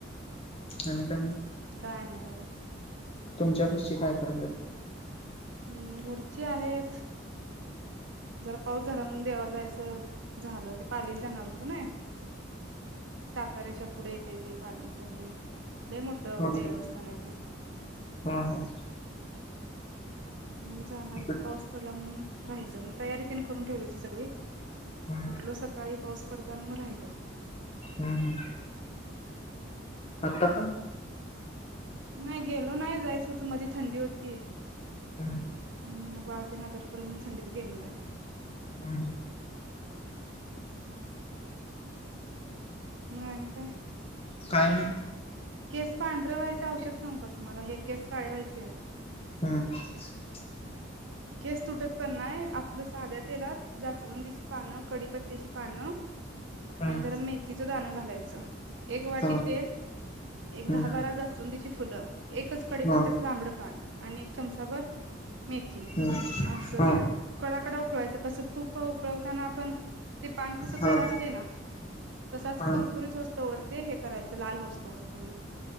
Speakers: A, on the left; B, on the right.
A: आणि काय मग?
B: काय नाही बगा.
A: तुमच्या घरचे काय करतात?
B: हम्म घरची आहेत. जरा पाऊस झाला म्हणून देवाला जायचं, झालं ते पालीला जाणार होतो नयी. साताऱ्याच्या पुढे ते ते पालीचं हे लय मोठं
A: हा
B: देवस्थान
A: हा
B: आहे तेे,
A: हा हा
B: हम्म जाणार
A: इकड
B: होतो. पाऊस पडला म्हणून, राहायच मग तयारी तेन करून ठेवयाची सगळी
A: हम्म
B: उठलो सकाळी पाऊस पडताना मग राहिल.
A: हम्म हम. आता का,
B: नाही गेलो नाही, जायंच होत मध्ये थंडी होती.
A: हम्म.
B: हम वाळते नजर पडल म्हणून थंडीत गेलो नाही.
A: हम् हम्,
B: मग आणि काय
A: काय नाही,
B: केस पांढर व्हायच औषध सांगू का, तुम्हाला हे केस काळे व्हायचंय.
A: हम्म <unintelligible>
B: केस तुटत पण नाय. आपलं साध्या तेलात जासवंदीची पानं, कडीपत्त्याची पानं
A: हम्म
B: आणि जरा मेथीचं दाणं घालायचं. च एक वाटी
A: हा
B: तेल, एक दहा-
A: हम्म
B: बारा जास्वंदीची फुलं, एकच कडीपत्त्याचं
A: हा
B: लांबडं पान आणि एक चमचाभर मेथी.
A: हम्म
B: असं,
A: हा
B: कडाकडा उकळवायचं. कसं, तुप उकळवताना आपण, ते पान कसं
A: हा
B: तडाडतय ना, तसाच
A: हा
B: कुरकुरीत हो तोवर ते हे करायचं लाल हो <unintelligible>